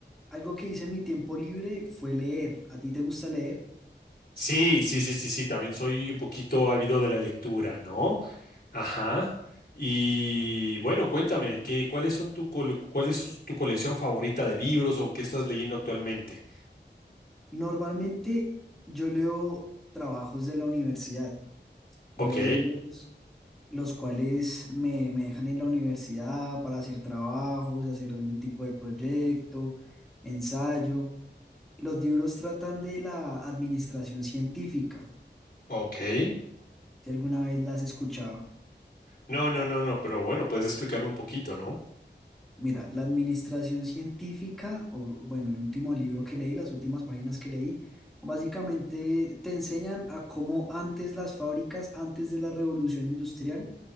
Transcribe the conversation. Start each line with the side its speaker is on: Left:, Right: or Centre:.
Centre: algo que hice en mi tiempo libre fue leer. ¿A ti te gusta leer?
Left: Sí, sí, sí, sí, sí. También soy un poquito ávido de la lectura, ¿no? Ajá. Y bueno, cuéntame, ¿qué, cuáles son tu col- cuál es su- tu colección favorita de libros o qué estás leyendo actualmente?
Centre: Normalmente yo leo trabajos de la universidad, leo
Left: Ok,
Centre: libros los cuales me, me dejan en la universidad para hacer trabajos, hacer algún tipo de proyecto, ensayo. Los libros tratan de la administración científica,
Left: ok.
Centre: si alguna vez la has escuchado.
Left: No, no, no, no, pero bueno, puedes explicarme un poquito, ¿no?
Centre: Mira, la administración científica, o bueno, el último libro que leí, las últimas páginas que leí, básicamente te enseñan a cómo antes las fábricas, antes de la revolución industrial,